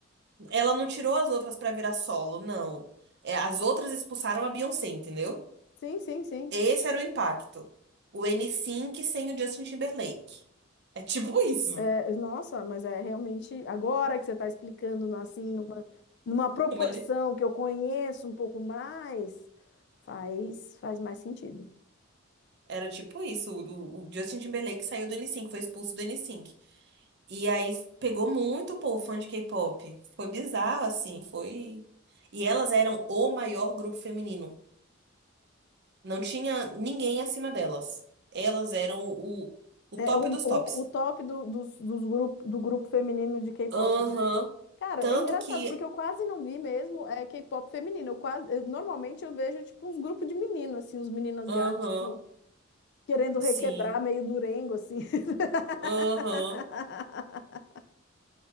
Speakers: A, on the right; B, on the left.
A: Ela não tirou as outras pra virar solo, não. É, as outras expulsaram a Beyoncé, entendeu?
B: Sim, sim, sim.
A: Esse era o impacto. O n NSYNC sem o Justin Timberlake. É tipo <laughs> isso.
B: É, nossa, mas é realmente, agora que você está explicando, né, assim, numa, numa proporção
A: Como ele-
B: que eu conheço um pouco mais, faz, faz mais sentido.
A: Era tipo isso. O, o- o Justin Timberlake saiu do n NSYNC, foi expulso do n NSYNC. E aí pegou muito, pô, fã de K-pop. Foi bizarro, assim, foi. E elas eram o maior grupo feminino. Não tinha ninguém acima delas. Elas eram o, o
B: É
A: top
B: o,
A: dos
B: o,
A: tops.
B: o top do, dos, dos grupo, do grupo feminino de K-pop,
A: Aham.
B: né? Cara,
A: Tanto
B: é engraçado,
A: que.
B: porque eu quase não vi mesmo é, K-pop feminino. Eu quase, eu- normalmente eu vejo, tipo, uns grupos de menino, assim, uns meninos asiáticos
A: Aham.
B: querendo
A: Sim.
B: requebrar meio durengo, assim.
A: Aham.
B: <laughs>